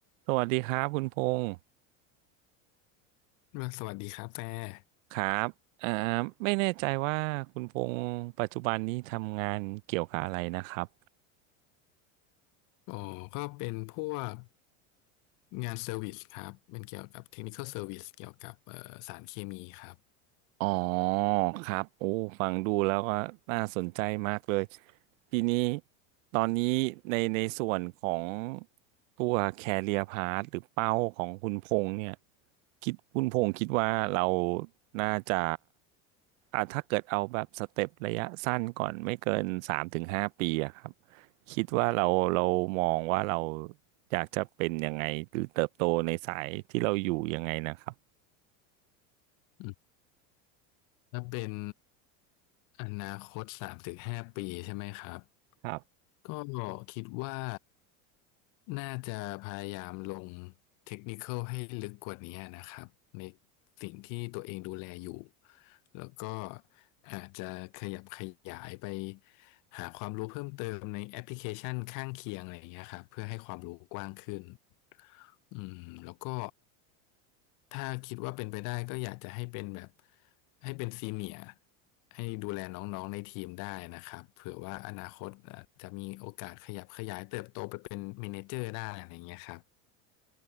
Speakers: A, on the right; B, on the left.
A: สวัสดีครับคุณพงศ์
B: อ่าสวัสดีครับแฟร์
A: ครับอ่าไม่แน่ใจว่าคุณพงศ์ปัจจุบันนี้ทำงานเกี่ยวกับอะไรนะครับ
B: อ๋อก็เป็นพวกงานเซอร์วิสครับ เป็นเกี่ยวกับเทคนิคอลเซอร์วิสเกี่ยวกับเอ่อสารเคมีครับ
A: อ๋อครับโอ้ฟังดูแล้วก็น่าสนใจมากเลยทีนี้ตอนนี้ในในส่วนของตัวแคเรียพาธหรือเป้าของคุณพงษ์เนี่ยคิดคุณพงษ์คิดว่าเราน่าจะอ่ะถ้าเกิดเอาแบบสเต็ประยะสั้นก่อนไม่เกินสามถึงห้าปีอะครับคิดว่าเราเรามองว่าเราอยากจะเป็นยังไงหรือเติบโตในสายที่เราอยู่ยังไงนะครับ
B: อืมถ้าเป็นอนาคตสามถึงห้าปีใช่ไหมครับ
A: ครับ
B: ก็คิดว่าน่าจะพยายามลงเทคนิคอลให้ลึกกว่านี้นะครับในสิ่งที่ตัวเองดูแลอยู่แล้วก็อาจจะขยับขยายไปหาความรู้เพิ่มเติมในแอปพลิเคชันข้างเคียงอะไรอย่างเงี้ยครับเพื่อให้ความรู้กว้างขึ้นอืมแล้วก็ ถ้าคิดว่าเป็นไปได้ก็อยากจะให้เป็นแบบให้เป็นซีเนียร์ให้ดูแลน้องๆในทีมได้นะครับเผื่อว่าอนาคตอาจจะมีโอกาสขยับขยายเติบโตไปเป็นเมเนเจอร์ได้อะไรเงี้ยครับ